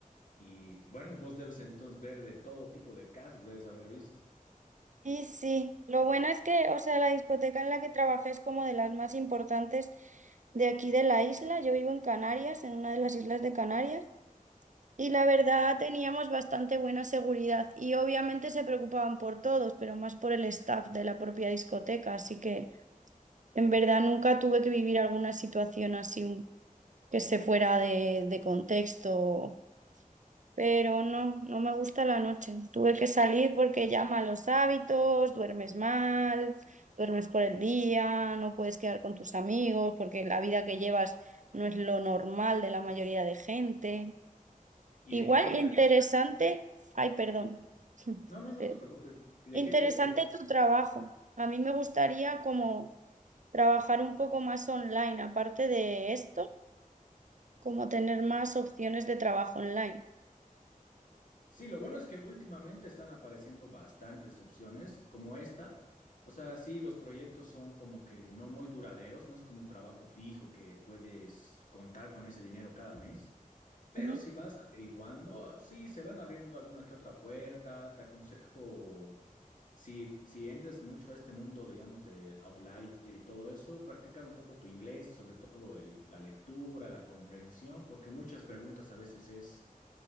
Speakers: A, on the left; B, on the right.
A: Y bueno, vos debes entonces ver de todo tipo de casos, debes haber visto.
B: Y sí, lo bueno es que, o sea, la discoteca en la que trabajé es como de las más importantes de aquí de la isla. Yo vivo en Canarias, en una de las islas de Canarias, y la verdad teníamos bastante buena seguridad y obviamente se preocupaban por todos, pero más por el staff de la propia discoteca, así que en verdad nunca tuve que vivir alguna situación así que esté fuera de, de contexto, pero no, no me gusta la noche. Tuve que salir porque ya malos hábitos, duermes mal, duermes por el día, no puedes quedar con tus amigos porque la vida que llevas no es lo normal de la mayoría de gente.
A: ¿Y
B: Igual
A: de qué día?
B: interesante, ay, perdón, <laughs>
A: No, no, no
B: Eh,
A: te preocupes. ¿De
B: interesante
A: qué día? ¿Qué día?
B: tu trabajo. A mí me gustaría como trabajar un poco más online, aparte de esto, como tener más opciones de trabajo online.
A: Sí, lo bueno es que últimamente están apareciendo bastantes opciones como esta. O sea, sí, los proyectos son como que no muy duraderos, no es como un trabajo fijo que puedes contar con ese dinero cada mes. Pero
B: Ujú,
A: si vas averiguando, sí, se van abriendo alguna que otra puerta. Te aconsejo, si, si entras mucho a este mundo, digamos, de Outlier y todo eso, practicar un poco tu inglés, sobre todo el- la lectura, la comprensión, porque muchas preguntas a veces es